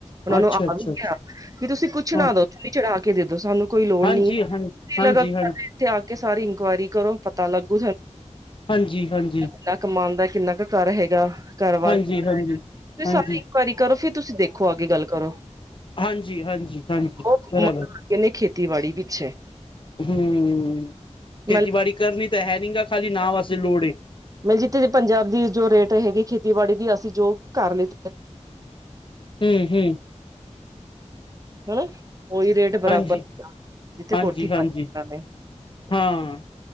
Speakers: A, on the right; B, on the left.
A: ਉਹਨਾ
B: ਅੱਛਾ-ਅੱਛਾ-ਅੱਛਾ,
A: ਨੂੰ ਆ ਵੀ। ਤੁਸੀਂ ਕੁੱਛ ਨਾ
B: ਹਾਂ
A: ਦੋ ਚੁਨੀੰ ਵੀ ਚੜਾ ਕੇ ਦੇ ਦੋ ਸਾਨੂੰ ਕੋਈ ਲੋੜ
B: ਹਾਂਜੀ
A: ਨ
B: ਹਾਂ
A: ਕੀ
B: ਹਾਂਜੀ-ਹਾਂਜੀ,
A: ਲਗਾ ਸਾਡੇ ਇੱਥੇ ਆ ਕੇ ਸਾਰੀ ਇਨਕੁਆਇਰੀ ਕਰੋ। ਪਤਾ ਲੱਗੂ ਤੁਹਾਨੂੰ
B: ਹਾਂਜੀ- ਹਾਂਜੀ।
A: ਕਿੰਨਾ ਕਮਾ ਦਾ ਕਿੰਨਾ ਕੁ ਘਰ ਹੈਗਾ। ਘਰ ਵਾਰ
B: ਹਾਂਜੀ-ਹਾਂਜੀ,
A: ਹੈਗਾ। ਤੇ ਸਾਰੀ
B: ਹਾਂਜੀ,
A: ਇਨਕੁਆਇਰੀ ਕਰੋ। ਫਿਰ ਤੁਸੀਂ ਦੇਖੋ ਅੱਗੇ ਗੱਲ ਕਰੋ।
B: ਹਾਂਜੀ -ਹਾਂਜੀ।
A: ਉਹ
B: ਬਰਾਬਰ
A: ਹਦੇ ਖੇਤੀਬਾੜੀ ਪਿੱਛੇ
B: ਹਮ, ਖੇਤੀਬਾੜੀ
A: ਮੈਂ
B: ਕਰਨੀ ਤਾਂ ਹੈ ਨੀ ਖਾਲੀ ਨਾ ਵਾਸਤੇ ਲੋੜ।
A: ਮੈ ਜਿੱਥੇ ਪੰਜਾਬ ਦੀ ਜੋ ਰੇਟ ਹੈਗੀ ਖੇਤੀਬਾੜੀ ਦੀ ਅਸੀਂ ਜੋ ਕਰ ਲਿੱਤੀ।
B: ਹਮ- ਹਮ।
A: ਹਨਾ। ਉਹੀ ਰੇਟ ਬਰਾਬਰ
B: ਹਾਂਜੀ,
A: ਜਿੱਥੇ
B: ਹਾਂਜੀ-ਹਾਂਜੀ,
A: ਕੋਠੀ ਪਾਈ
B: ਹਾਂ।